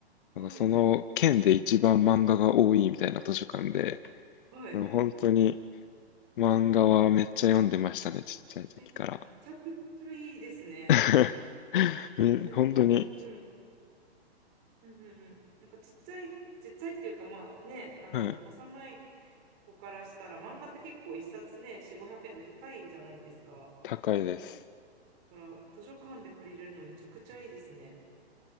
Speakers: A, on the left; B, on the right.
A: なんかその県で一番漫画が多いみたいな図書館で、
B: はい。はい。
A: あの本当に漫画はめっちゃ読んでましたね、ちっちゃい時から。
B: え、めちゃくちゃいいですね。
A: <laughs> み本当に、
B: だって、な、うん。うんうんうん。なんかちっちゃい、ちっちゃいっていうか、まあね、あの、
A: はい、
B: 幼い子からしたら漫画って結構一冊ね、4、500円で高いじゃないですか。
A: 高いです。
B: だから図書館で借りれるのめちゃくちゃいいですね。